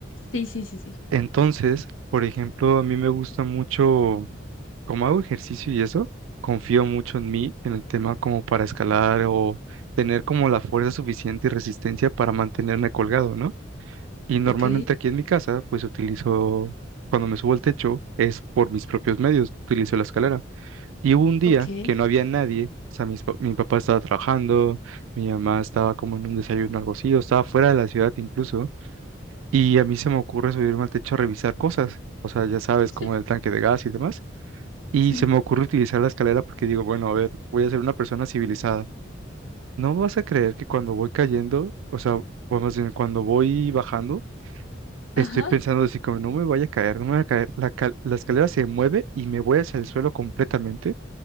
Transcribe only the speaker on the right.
Entonces, por ejemplo, a mí me gusta mucho, como hago ejercicio y eso, confío mucho en mí, en el tema como para escalar o tener como la fuerza suficiente y resistencia para mantenerme colgado, ¿no? Y normalmente
aquí en mi casa, pues utilizo, cuando me subo al techo, es por mis propios medios, utilizo la escalera. Y hubo un día
que no había nadie, o sea, mis pa- mi papá estaba trabajando, mi mamá estaba como en un desayuno o algo así, o estaba fuera de la ciudad incluso. Y a mí se me ocurre subirme al techo a revisar cosas, o sea, ya sabes,
como el tanque de gas y demás. Y
se me ocurre utilizar la escalera porque digo, bueno, a ver, voy a ser una persona civilizada. No vas a creer que cuando voy cayendo, o sea, bueno, más bien, cuando voy bajando,
estoy pensando así como, no me vaya a caer, no me vaya a caer. La, cal- la escalera se mueve y me voy hacia el suelo completamente.